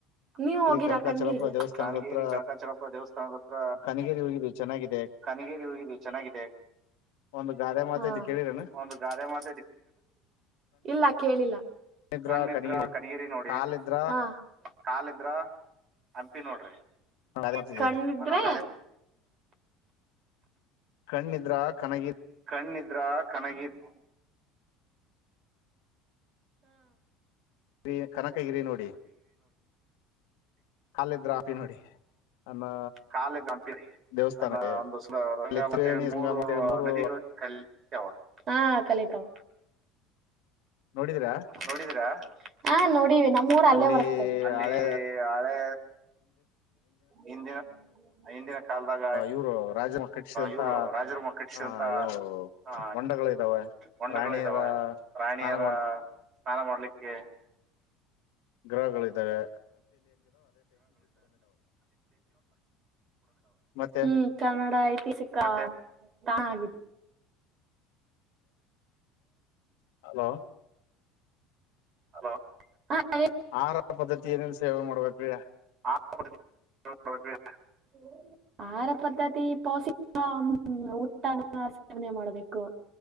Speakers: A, on the right; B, on the left.
A: ನೀವು ಹೋಗಿರಾ
B: ಕನಕಾಚಲಪುರ
A: ಕಗಿ
B: ದೇವಸ್ಥಾನದ
A: ಕಗೇರಿ
B: ಹತ್ರ
A: ಕನಕಚಲಪ್ಪ ದೇವಸ್ಥಾನದತ್ರ
B: ಕನಗೇರಿ ಹೋಗಿದ್ವಿ ಚೆನ್ನಾಗಿದೆ
A: ಕಗೇರಿ ಹೋಗ ಚೆನ್ನಾಗಿದೆ
B: ಒಂದು ಗಾದೆ ಮಾತೈತಿ
A: ಗ
B: ಕೇಳಿರೇನ
A: ಮಾ ಇಲ್ಲ ಕೇಳಿಲ್ಲ
B: ಇದ್ರ
A: ಕಣ್ಣಿದ್ರ
B: ಕಣಗ
A: ಕನಗೇರಿ ನೋಡಿ
B: ಕಾಲ ಇದ್ರ
A: ಹಾ ಕಾಲಿದ್ರ ಅ ನೋಡ್ರಿ
B: ಗಾದೆ ಮಾತಿದೆ
A: ಕಣ್ಣಿದ್ರೆ
B: ಕಣ್ಣಿದ್ರ ಕನಗಿದ
A: ಕಣ್ಣಿದ್ರ ಕನಗಿ ಹ್ಮ
B: ಇ ಕನಕಗಿರಿ ನೋಡಿ ಕಾಲಿದ್ರ ಆಪಿ ನೋಡಿ ಅನ್ನೋ
A: ಕಾಲ್ದ ಅಂತರಿ
B: ದೇವಸ್ಥಾನಕ್ಕೆ
A: ಅನ್ನ ಒಂದುಸಂಗ
B: ಅಲ್ಲಿ ತ್ರಿವೇಣಿ
A: ಮತ್ತೆ ಮೂರು
B: ಸಂಗಮ ಅಂತೇಳಿ ಮೂರು
A: ನದಿಗಳು ಕಲಿತಾವ ಹ ಕಲಿತಾವ
B: ನೋಡಿದ್ರ
A: ನೋಡಿದೀರಾ ಹಾ ನೋಡಿ ನಮ್ಮೂರ ಅಲ್ಲೇ
B: ಅಲ್ಲಿ
A: ಬರುತ್ತೆ ಅಲ್ಲಿ
B: ಹಳೆ
A: ಹಳೆ ಹಿಂದಿನ ಹಿಂದಿನ ಕಾಲದಾಗ
B: ಇವ್ರು ರಾಜ ಕಟ್ಟಿಸಿದಂತ
A: ಇವ್ರು ರಾಜರಮ್ಮ ಕಟ್ಟಿಸಿದಂತ
B: ಆ ಏನು
A: ಆ
B: ಹೊಂಡಗಳು ಇದ್ದಾವೆ
A: ಹೊಂಡಗಳು
B: ರಾಣಿಯರ
A: ಇದಾವೆ ಪ್ರಾಣಿಯರ
B: ಸ್ನಾನ
A: ಸ್ನಾನ ಮಾಡ್ಲಿಕ್ಕೆ ಹ
B: ಗ್ರಹಗಳ್ದಾವೆ ಮತ್ತೆ
A: ಹ್ಮ್ ಕನ್ನಡ ಐತಿಹಾಸಿಕಾ ತಾಣ ಆಗಿತ್ತು
B: ಹ <inaudible> ಹಲೋ
A: ಲ ಹ
B: ಆಹಾರ ಪದ್ಧತಿ ಏನೇನು ಸೇವೆ ಮಾಡ್ಬೇಕು್ರೀ
A: ಆ <unintelligible> ಆಹಾರ ಪದ್ಧತಿ ಪೌಷಿಕ ಉತ್ತ ಸೇವನೆ ಮಾಡಬೇಕು